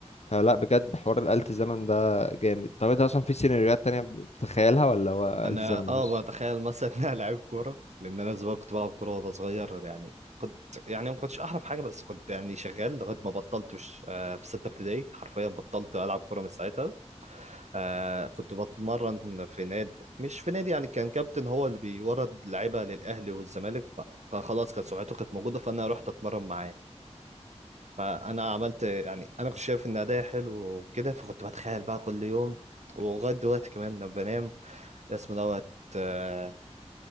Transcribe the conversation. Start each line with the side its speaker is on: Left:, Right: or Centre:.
Left: فلا بجد حوار آلة الزمن ده جامد طب انت اصلا في سيناريوهات تانية بتتخيلها ولا هو آلة
Right: انا
Left: الزمن
Right: اه
Left: ده بس
Right: بتخيل مثلا ان انا لعيب كوره لان انا زمان كنت بلعب كوره وانا صغير يعني كنت يعني ما كنتش احرف حاجه بس كنت يعني شغال لغايه ما بطلتش آه، في سته ابتدائي حرفيا بطلت العب كوره من ساعتها آه، كنت بتمرن في نادي مش في نادي يعني كان كابتن هو اللي بيورد لعيبه للاهلي والزمالك فخلاص كانت سمعته كانت موجوده فانا رحت اتمرن معاه فانا عملت يعني انا كنت شايف ان اداء حلو وكده فكنت بتخيل بقى كل يوم ولغايه دلوقتي كمان لما بنام اسم دوت آه،